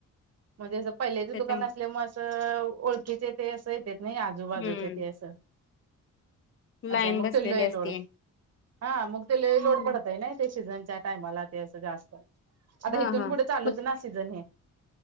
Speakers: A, on the right; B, on the left.
A: म्हणजे असं पहिल्याच
B: त्याच्या
A: दुकान असल्यामुळे असं ओळखीचे ते असं येतेत नाही आ आजूबाजूचे
B: हम्म
A: तेन अस
B: लाईन
A: असं आहे मुक्तलोही
B: बसलेली असते.
A: लोड हा मुक्तलोही
B: हम्म.
A: लोड पडत आहे नाही सझच्या टाला अस जास्त आता
B: हा
A: हथून
B: हा.
A: पुढे चालूच
B: मग
A: ना सीझन हे